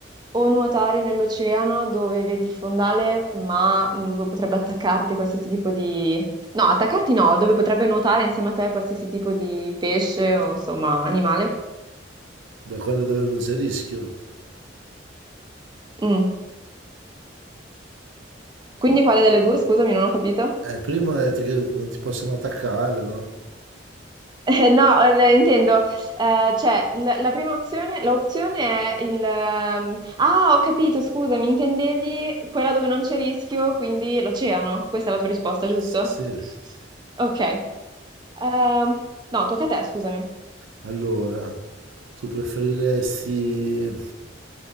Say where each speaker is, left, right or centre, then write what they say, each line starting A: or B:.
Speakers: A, on the right; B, on the right.
A: o nuotare nell'oceano dove vedi il fondale, ma mm, dove potrebbe attaccarti qualsiasi tipo di... No, attaccarti no, dove potrebbe nuotare insieme a te qualsiasi tipo di pesce o insomma animale.
B: da quello dove non c'è rischio.
A: Mm. Quindi quale delle due? Scusami, non ho capito.
B: Eh, prima hai detto che non ti possono attaccare, no?
A: <laughs> Eh, No, eh, intendo, eh, cioè, la, la prima opzione, l'opzione è il... ehm, Ah, ho capito, scusami, intendevi quella dove non c'è rischio, quindi l'oceano. Questa è la tua risposta, giusto?
B: S- sì.
A: Ok. Ehm, no, tocca a te, scusami.
B: Allora, tu preferiresti